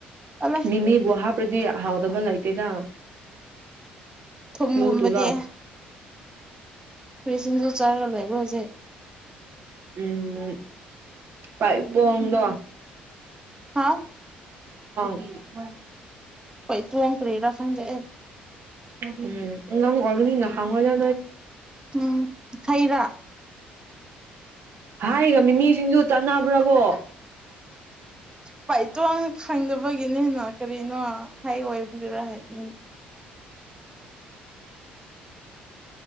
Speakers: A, on the right (about 15°); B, on the right (about 50°).
A: ꯑꯂꯦ
B: ꯃꯤꯃꯤ ꯍꯥ ꯗꯤ ꯍꯥꯎꯗꯕ ꯂꯩꯇꯦꯗ
A: ꯊꯨꯝꯒꯨꯝꯕꯗꯤ
B: ꯒ꯭ꯂꯨ ꯇꯨꯂꯣ
A: ꯀꯔꯤꯁꯤꯡꯖꯨ ꯆꯥꯔ ꯂꯩꯕ꯭ꯔꯣ ꯍꯧꯖꯤꯛ
B: ꯎꯝ ꯄ ꯄꯗꯣ
A: ꯍꯥ
B: ꯣꯏ
A: ꯄꯩ ꯇꯨ ꯑꯣꯛ ꯀꯔꯤꯔꯥ ꯈꯪꯗꯦ ꯑꯩ
B: ꯎꯝ ꯉ ꯑꯣꯔꯒꯅꯤꯅ ꯈꯥꯎꯉꯣ ꯍꯥꯏ
A: ꯎꯝ ꯍꯩꯔꯥ
B: ꯍꯥꯏꯒ ꯃꯤꯃꯤꯁꯤꯡꯗꯨ ꯆꯥꯟꯅꯕ꯭ꯔꯥ ꯍ
A: ꯄꯥꯏꯇꯣ ꯑꯅ ꯈꯪꯗꯕꯒꯤꯅꯤꯅ ꯀꯔꯤꯅꯣ ꯍꯥꯏꯑꯣ ꯑꯣꯏꯕꯗꯨꯔ ꯍꯥꯏ ꯎ